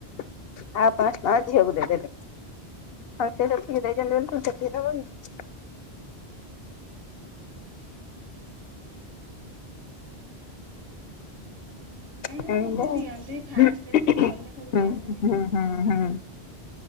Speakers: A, on the left; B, on the right.
A: ଆଉ ପାଞ୍ଚଶହ ଟଙ୍କା ଝିଅକୁ ଦେଇ ଦେଲେ। ଆଉ ସିଏ ଯେତିକି ଦେଇଛନ୍ତି ବୋଲି ତୁମେ ସେତିକି ଦବକି। ଏମିତିଆଉ
B: ଏ ସବୁ ତ
A: ହୁଁ
B: ଦିଅନ୍ତି ଫାଷ୍ଟ
A: ହୁଁ
B: ବୁଲିଗଲେ ସବୁ
A: ହୁଁ
B: ଦିଅନ୍ତିନି କି?
A: ହୁଁ।